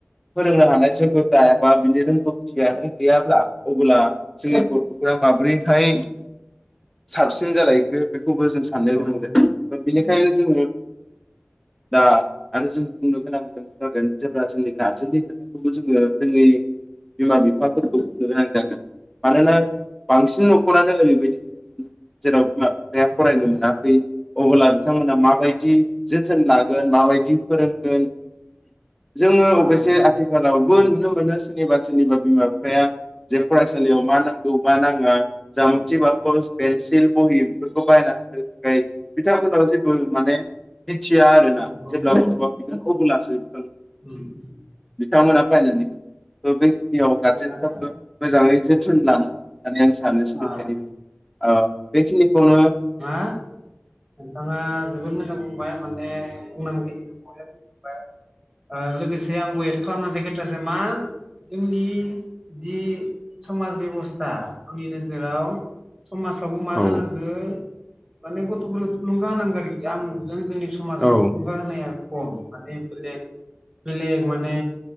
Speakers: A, in the centre; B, on the right.
A: फोरोंनो हानाय जैगटा एबा बिनि रोंगौथियानो गैयाब्ला अब्ला जोंनि गथ'आ माब्रैहाय साबसिन जालायखो बेखौबो जों सा साननो गोनां
B: औ
A: जादों बिनिखायनो जोङो दा आरो जों बुंनो गोनां जागोन जेब्ला जोंनि गारजेननि खोथाखौबो जोङो जोंनि बिमा बिफाफोरखौ बुंनो गोनां जागोन मानोना बांसिन न'खरानो ओरैबायदि जेराव बिमा बिफाया
B: नंगौ
A: फरायहोनो मोना अब्ला बिथांमोना माबायदि जोथोन लागोन माबायदि फोरोंगोन जोङो
B: आ
A: अबयसे
B: जो
A: आथिखालावबो
B: जो
A: नुनो मोनो सोरनिबा सोरनिबा बिमा बिफाया जे फरायसालियाव मा नां गौ मा नाङा जामथि
B: उम
A: बाक'ज पेन्सिल बहि बेफोरखौ बायनानै हो बिथांमोनाव जेबो माने मिथिया आरोना
B: नंगौ
A: जेब्ला गथ'आ बिगोन अब्लासो हो
B: उम उम
A: <unintelligible> ओ बेै याव गारजेफ्राबो
B: थिगानो
A: मोजाङै जोथोन लानो होननानै आं सानो सोलोंथायाइनि
B: आ
A: ओ बेखिनिखौनो
B: आ नोंथाङा जोबोद मोजां बुं बाय माने बुंनांगौ खिनाखौ बरेया बुंबाय ओ लोगोसे आंबो एट खालामनोसै कैटासो मा जोंनि जि समाज बेब'स्था। आंनि नोजोराव। समाजावबो मा
A: औ
B: जानांगो माने गथ'फोरखो थुलुंगा होनांगो आरोखि आं <unintelligible> जोंनि समाजाव
A: औ
B: थुलुंगा होनाया खम माने बेलेक बेलेक। माने